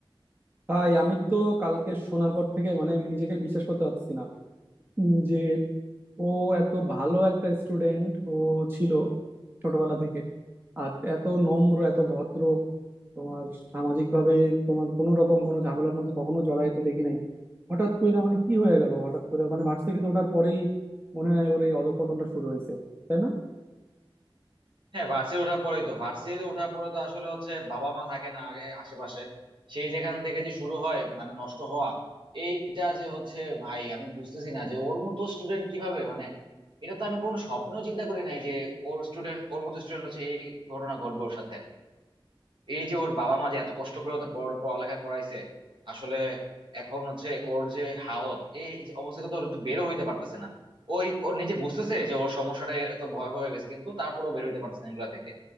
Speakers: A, on the right; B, on the right.
A: ভাই আমি তো কালকে শোনার পর থেকে মানে আমি নিজেকে বিশ্বাস করতে পারছি না উম, যে ও এত ভালো একটা স্টুডেন্ট ও ছিল ছোটবেলা থেকে আর এত নম্র এত ভদ্র তোমার সামাজিক ভাবে তোমার কোনো রকম কোনো ঝামেলার মধ্যে কখনো জড়াইতে দেখি নাই হঠাৎ করে মানে কি হয়ে গেল হঠাৎ করে মানে ভার্সিটিতে ওঠার পরেই মনে হয় ওর এই অধঃপতনটা শুরু হয়েছে তাই না
B: হ্যাঁ ভার্সিটি ওঠার পরেই তো ভার্সিটি ওঠার পরে তো আসলে হচ্ছে বাবা মা থাকে না আগে আশেপাশে সেই যেখান থেকে যে শুরু হয় মানে নষ্ট হওয়া এইটা যে হচ্ছে ভাই আমি বুঝতেছি না যে ওর মতো স্টুডেন্ট কিভাবে মানে এটা তো আমি কোনো স্বপ্নেও চিন্তা করি নাই যে ওর স্টুডেন্ট ওর মতো স্টুডেন্ট হচ্ছে এই ঘটনা ঘটবে ওর সাথে এই যে ওর বাবা মা যে এত কষ্ট করে ওদের পড়া- পড়ালেখা করাইছে আসলে এখন হচ্ছে ওর যে হালত এই যে অবস্থা থেকে তো ওর একটু বেরো হইতে পারতেছে না ওই ওর নিজে বুঝতেছে যে ওর সমস্যাটা এত ভয়াবহ হয়ে গেছে কিন্তু তারপরেও বের হইতে পারতেছে না এগুলা থেকে